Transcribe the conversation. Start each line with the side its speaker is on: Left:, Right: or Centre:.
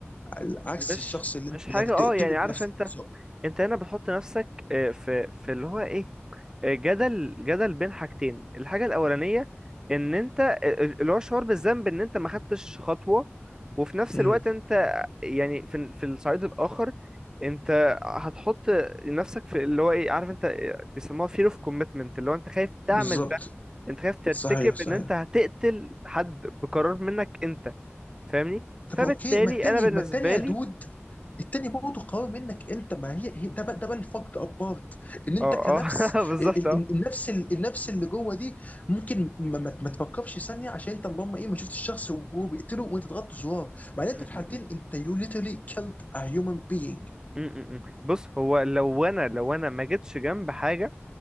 Left: على عكس
Right: مش
Left: الشخص اللي
Right: مش
Left: انت
Right: حاجة
Left: بدك تقتله
Right: اه يعني عارف
Left: بنفسك
Right: انت
Left: بالظبط
Right: انت هنا بتحط نفسك آه، في في اللي هو ايه جدل جدل بين حاجتين الحاجة الأولانية إن أنت اللي هو الشعور بالذنب إن أنت ما خدتش خطوة وفي نفس
Left: امم
Right: الوقت أنت يعني في في الصعيد الآخر أنت هتحط نفسك في اللي هو إيه عارف أنت بيسموها fear of commitment اللي هو أنت خايف تعمل
Left: بالظبط
Right: ده أنت خايف ترتكب
Left: صحيح صحيح
Right: إن أنت هتقتل حد بقرار منك أنت فاهمني
Left: طب
Right: فبالتالي
Left: ما اوكي ما التاني
Right: أنا بالنسبة
Left: ما التاني يا
Right: لي
Left: دود التاني برضه قوي منك انت ما هي هي- ده بقى ده بقى الفرق ابارت ان انت
Right: اه
Left: كنفس
Right: اه <laughs> بالظبط
Left: ال- ال- النفس ال- النفس اللي جوه دي ممكن ما, ما ما تفكرش ثانيه عشان انت اللهم ايه ما شفتش الشخص وهو بيقتله وانت ضغطت زرار مع ان انت
Right: اه
Left: في الحالتين انت يو literally killed a human being
Right: م- م- م. بص هو لو انا لو انا ما جيتش جنب حاجه